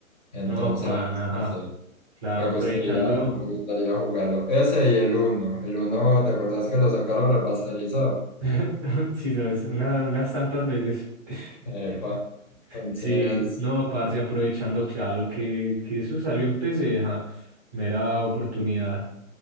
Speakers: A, on the left; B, on the right.
A: Entonces,
B: No, pan, ajá.
A: no sé,
B: Claro,
A: me
B: aprovechando,
A: gustaría, no me gustaría jugarlo. Ese y el uno El uno ¿te acuerdas que lo sacaron remasterizado?
B: <laughs> sí, sabes, una- unas tantas veces. <laughs>
A: Epa. Entonces,
B: Sí, no, parce, aprovechando, claro, que, que eso salió en PC, ajá. Mera oportunidad.